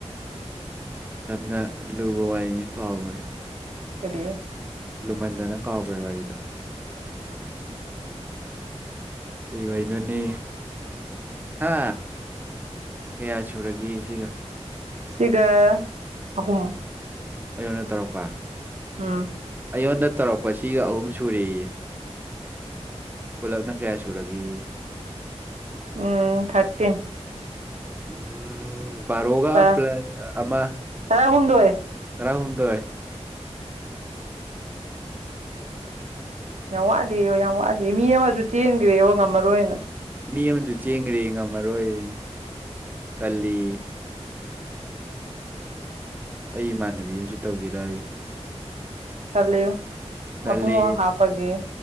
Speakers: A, on the right (about 15°); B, on the right (about 80°).
A: ꯅ ꯂꯨꯕꯣ ꯋꯥꯏꯅꯤ ꯈꯕꯔ
B: ꯀꯗꯤ
A: ꯂꯨꯃꯟꯗꯅ ꯀꯥꯎꯈ꯭ꯔꯦ ꯋꯥꯔꯤꯗ ꯀꯩ ꯍꯥꯏꯩꯅꯣꯅꯦ ꯍꯥ ꯀꯌꯥ ꯁꯨꯔꯒꯁꯤꯒ
B: ꯁꯤꯒ ꯑꯍꯨꯝ
A: ꯑꯩꯉꯣꯟ ꯑꯣꯏꯅ ꯇꯧꯔꯛꯄ
B: ꯎꯝ
A: ꯑꯩꯉꯣꯟꯗ ꯇꯧꯔꯛꯄꯁꯤꯒ ꯑꯍꯨꯝ ꯁꯨꯔꯦꯏ ꯄꯨꯜꯂꯞꯅ ꯀꯌꯥ ꯁꯨꯔꯒꯦ
B: ꯎꯝ ꯊꯥꯔꯇꯤꯟ
A: ꯎꯝ ꯕꯥꯔꯣꯒ
B: ꯇꯔꯥ
A: ꯄ꯭ꯂꯁ ꯑꯃ
B: ꯇꯔꯥꯍꯨꯝꯗꯣꯏ
A: ꯇꯔꯥꯍꯨꯝ ꯏ
B: ꯌꯥꯝ ꯋꯥꯠꯂꯤꯦ ꯌꯥꯝ ꯋꯥꯠꯂꯤꯦ ꯃꯤ ꯑꯃꯁꯨ ꯆꯦꯟꯈ꯭ꯔꯦꯕ ꯉꯝꯃꯔꯣꯏꯅ
A: ꯃꯤ ꯑꯃꯁꯨ ꯆꯦꯡꯈ꯭ꯔꯦ ꯉꯝꯃꯔꯣꯏ ꯇꯜꯂꯤ ꯑꯩ ꯏꯃꯥꯟꯅꯕꯤ ꯑꯃꯁꯨ ꯇꯧꯒꯦꯔ ꯑꯩ
B: ꯇꯂꯦꯣ
A: ꯇꯜꯂꯤ
B: ꯑꯕꯨꯡ ꯍꯥꯄꯒꯦ